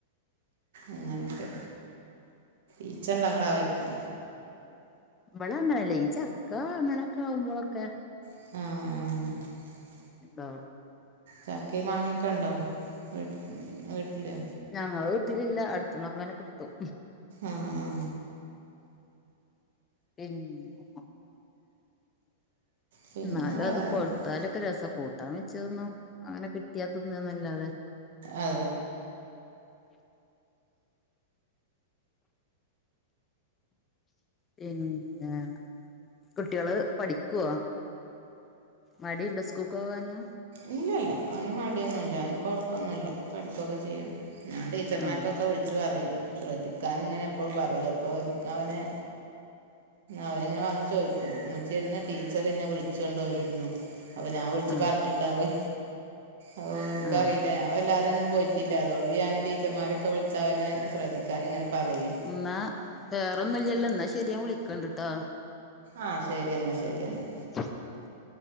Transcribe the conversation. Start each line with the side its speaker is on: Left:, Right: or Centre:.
Right: അങ്ങനെയൊക്കെ ഈച്ച ഇണ്ട നിങ്ങള വയിക്ക്‌
Left: ഇബടെ അങ്ങനെയല്ലേ ഈ ചക്ക അങ്ങനെയൊക്കെ ആവുമ്പോളൊക്കെ
Right: ആഹ് ആ
Left: ണ്ടാവും
Right: ചക്കിം മാങ്ങൊക്കെ ഉണ്ടോ വീ വീട്ടില്
Left: ഞങ്ങളെ വീട്ടിലില്ല അടുത്ത്ന്നൊക്കങ്ങനെ കിട്ടും
Right: ഏ ഏ
Left: പിന്നെ
Right: പിന്നെ
Left: ന്നാലും
Right: വേറെന്താ
Left: അത് പൊഴത്താലൊക്കെ രസാ കൂട്ടാൻ വെച്ചു തിന്നു അങ്ങനെ കിട്ടിയാ തിന്നാന്നല്ലാതെ
Right: ഏ
Left: പിന്നെ കുട്ടിയാള് പഠിക്കുവോ മടിയുണ്ടോ സ്കൂളിക്ക് പോവാന്
Right: ഇല്ല ഇല്ല അവന് മടിയൊന്നും ഇല്ല അവന് കൊഴപ്പൊന്നു ഇല്ല പഠിക്കോ ക്കെ ചെയ്യും ഞാണ്ടെ ടീച്ചർമാർക്കൊക്കെ
Left: ആ
Right: വിളിച്ച് പറയും ശ്രദ്ധിക്കാന് ഇങ്ങനെ എപ്പോഴും പറയും അപ്പോ എനിക്ക് അവനെ അവനിങ്ങനെ വന്ന് ചോദിക്കും ഉമ്മച്ചീന്ന് ടീച്ചർന്നെ വിളിച്ചൊണ്ടോ യി അപ്പൊ ഞാൻ വിളിച്ചു
Left: ആ
Right: പറഞ്ഞിട്ടുണ്ടാവേ അത് ഓരിക്കറിയില്ല
Left: ആ
Right: ഞാൻ വല്ലാതൊ ന്നും പോയി ട്ടില്ല അതുകൊണ്ട് ഞാൻ ടീച്ചർമാരെക്കെ വിളിച്ച് അവനെ ശ്രദ്ധിക്കാൻ ഇങ്ങനെ പറയേ
Left: എന്നാ വേറൊന്നും ഇല്ല ല്ലോ എന്നാ ശെരി ഞാൻ വിളിക്കണ്ട് ട്ടാ
Right: ആഹ് ശെരി എന്നാ ശെരി എന്നാ
Left: <unintelligible>